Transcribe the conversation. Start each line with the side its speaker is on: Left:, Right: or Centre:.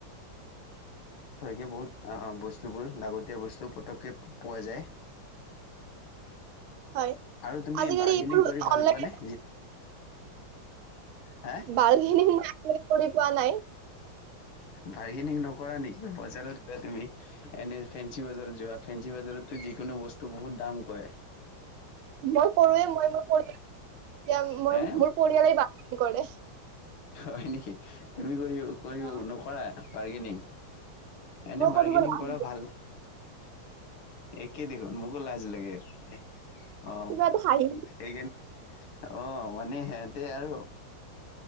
Left: তাকে বহুত আ বস্তুবোৰ লাগতীয় বস্তু পতককৈ পোৱা যায়
Right: হয়
Left: আৰু তুমি
Right: আজিকালি
Left: বাৰ্গেনিং
Right: এইবোৰ
Left: কৰি ভাল
Right: অনলাইন
Left: পোৱা নে হা
Right: বালগ <unintelligible> একো বুজি পোৱা নাই
Left: বাগেনিং নকৰা নেকি পইচাটো দিবা তুমি এন এন ফেনচি কি বজাৰত যোৱা ফেঞ্চি বজাৰত নেকি কোনো বস্তু বহুত দাম কৰে
Right: মই কৰুৱে মই মোৰ মই
Left: হে
Right: মোৰ পৰিয়ালেই পাব কি কলে
Left: হয় নেকি তুমি কৰিবা কৰিব
Right: অ
Left: নকৰা পাৰ্গেনিং এনেই
Right: মোৰ
Left: বাৰ্গেনিং
Right: কৰিব লাজ
Left: কৰা ভাল একে দেখোন মোকো লাজ লাগে এ অ
Right: কিবা এটা হাঁহি
Left: একেইদিন অ মানে সিহতে আৰু